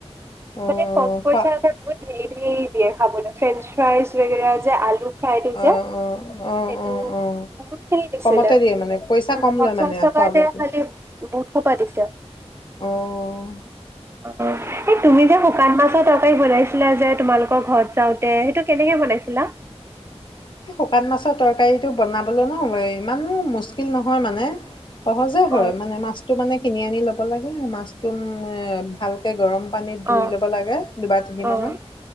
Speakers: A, on the left (about 45°); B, on the right (about 20°).
A: অঁ
B: মানে কম পইচাৰ
A: খোৱা
B: কাৰণে ধেৰ দি দিয়ে খাবলে। ফ্ৰেঞ্চ ফ্ৰাইজ লৈ পেলাই যে আলু ফ্ৰাইটো যে,
A: অঁ অঁ অঁ
B: সেইটো
A: অঁ অঁ
B: বহুত খিনি দিছিলে।
A: কমতে দিয়ে মানে পইচা কম
B: পঞ্চাছ
A: লয় মানে
B: টকাতে
A: খোৱা বোৱাটো
B: খালি এইটো কি পাতিছে?
A: অহ।
B: <unintelligible> এই তুমি যে শুকান মাছৰ তৰকাৰী বনাইছিলা যে তোমালোকৰ ঘৰত যাওঁতে, সেইটো কেনেকে বনাইছিলা?
A: এই শুকান মাছৰ তৰকাৰীটো বনাবলৈ ন ইমানো মুস্কিল নহয় মানে, সহজে হয়,
B: অ
A: মানে মাছটো মানে কিনি আনি ল'ব লাগে, মাছটো উম মানে ভালকে গৰম পানীত ধুই
B: অ
A: লব লাগে দুবাৰ তিনিবাৰ
B: অ অ
A: মান।